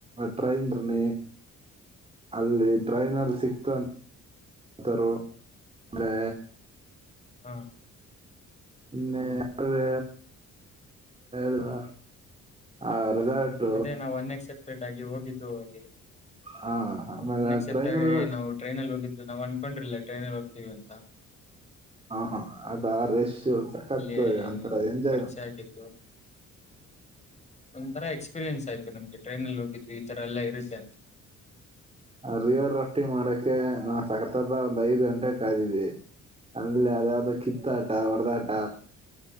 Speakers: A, on the right; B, on the left.
A: ಟ್ರೈನ್್ರನ ಅಲ್ಲಿ ಟ್ರೈನ್ ಅಲ್ಲಿ ಸಿಕ್ತ ತಾರ ಅ
B: ಹಾ
A: ಇನ್ನೆಳರೆ ಳುದ ಆ ರೆಸಾರ್ಟ್
B: ಅದೇ ನಾವು ಅನ್ಎಕ್ಸೆಪ್ಟೆಡ್ ಆಗಿ ಹೋಗಿದ್ದು ಅಲ್ಲಿ
A: ಹಾ ಆಮೇಲೆ
B: ನೆಕ್ಸೆಪ್ಟಗ
A: ಟ್ರೈನ್ ಅಲ್ಲ
B: ನಾವು ಟ್ರೈನ್ಲ್ಲಿ ಹೋಗಿದ್ದ್ವಿ ಇದು ನಾವ್ ಅನ್ಕೊಂಡುರ್ಲಿಲ್ಲ ಟ್ರೈನಲ್ಲಿ ಹೋಗ್ತೀವಿ ಅಂತ
A: ಹಾ ಹಾ ಅದಾ ರಶ ಸಕತ್
B: ಇಲ್ಲಿ
A: ಅಂತರ ಎಂಜಾಯ್
B: ಪರಿಚಯ ಆಗಿದ್ದು ಒಂಥರ ಎಕ್ಸ್ಪೀರಿಯೆನ್ಸ್ ಆಯ್ತು ನಮ್ಗೆ ಟ್ರೈನಲ್ಲಿ ಹೋಗಿದ್ದ್ವಿ ಈ ತರ ಎಲ್ಲಾ ಇರುತ್ತೆ ಅಂತ
A: ಆ ರಿವರ್ ರಾಫ್ಟಿಂಗ್ ಮಾಡಕ್ಕೆ ನಾ ಸಕತದ ಒಂದ್ ಐದು ಗಂಟೆ ಕಾಯ್ದಿದ್ದಿ ಅಲ್ಲ ಅದಾವ್ದದು ಕಿತ್ತಾಟ ಹೊಡದಾಟ